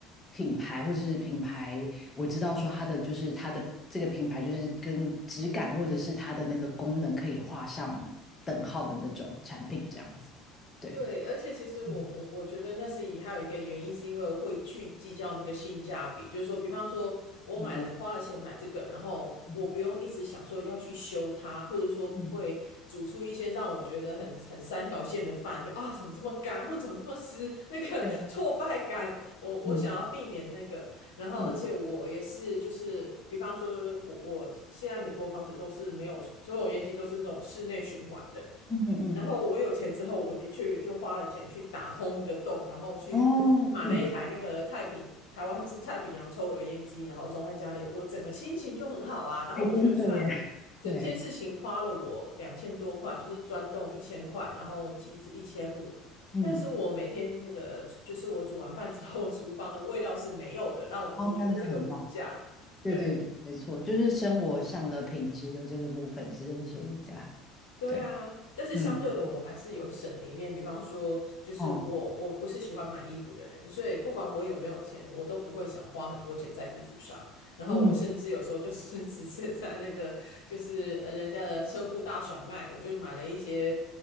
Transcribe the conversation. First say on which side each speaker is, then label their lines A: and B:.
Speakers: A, on the left; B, on the left.
A: 品牌，或者是品牌我知道说它的就是它的这个品牌就是跟质感或者是它的那个功能可以画上等号的那种产品这样子。对，
B: 对，而且其实我们我觉得那是以还有一个原因，
A: 嗯
B: 是因为会去计较那个性价比，就是说，比方说我买了花了钱买这个，
A: 嗯
B: 然后我不用一直想说要去修它，
A: 嗯
B: 或者说不会煮出一些让我觉得很很三条线的饭，
A: 嗯。
B: 就啊怎么这么干，或怎么这么湿，那个
A: 对，
B: <laughs> 挫败感，我我想要避免那个，
A: 嗯
B: 然后而且我也是就是，
A: 嗯
B: 比方说我我现在美国房子都是没有抽抽油烟机，都是那种室内循环的。
A: 嗯嗯嗯，
B: 然后我有钱之后，我的确也就花了钱去打通一个洞，然后去
A: 哦，
B: <laughs> 买了一台那个太平台湾之太平洋抽油烟机，
A: 嗯，
B: 然后装在家里，我整个心情就很好啊。然后我觉得虽然整件事情花了我两千多块，
A: 还真的耶，对，
B: 就是钻洞一千块，然后机子一千五，
A: 嗯，
B: 但是我每天那个就是我煮完饭之后，厨房的味道是没有的，让我我觉得这个无价，
A: 哦，那样子很棒，
B: 对。
A: 对对对，没错，就是生活上的品质的这个部分真的是无价，
B: 对啊，
A: 对，
B: 但是相对的，
A: 嗯，
B: 我还是有省的一面。
A: 哦，
B: 比方说，就是我我不是喜欢买衣服的人，
A: 哦
B: 所以不管我有没有钱，我都不会想花很多钱在衣服上。然后我甚至有时候就是
A: 嗯，
B: <laughs> 直接在那个就是呃人家的车库大甩卖，我就买了一些